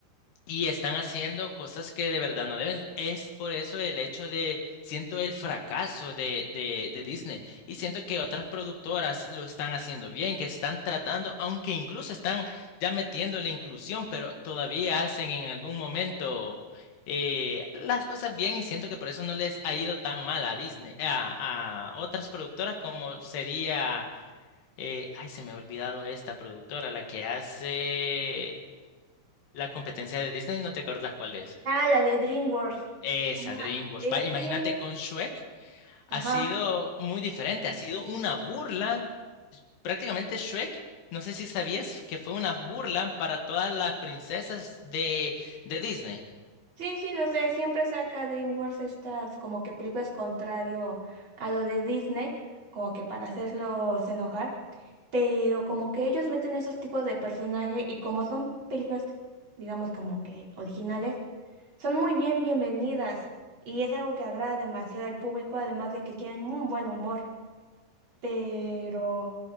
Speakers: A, on the left; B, on the right.
A: y están haciendo cosas que de verdad no deben. Es por eso el hecho de, siento el fracaso de, de, de Disney. Y siento que otras productoras lo están haciendo bien, que están tratando, aunque incluso están ya metiendo la inclusión, pero todavía hacen en algún momento eh, las cosas bien y siento que por eso no les ha ido tan mal a Disney, a, a otras productoras como sería, eh, ay, se me ha olvidado esta productora, la que hace... La competencia de Disney, ¿no te acuerdas cuál es?
B: Ah, la de DreamWorks.
A: Esa,
B: Ajá.
A: DreamWorks.
B: Es
A: Va, imagínate
B: que,
A: con Shrek, ha
B: ajá,
A: sido muy diferente, ha sido una burla. Prácticamente Shrek, no sé si sabías que fue una burla para todas las princesas de, de Disney.
B: Sí, sí, lo sé, siempre saca DreamWorks estas como que películas contrario a lo de Disney, como que para hacerlos enojar, pero como que ellos meten esos tipos de personajes y como son películas, digamos como que originales, son muy bien bienvenidas y es algo que agrada demasiado al público, además de que tienen un buen humor, pero...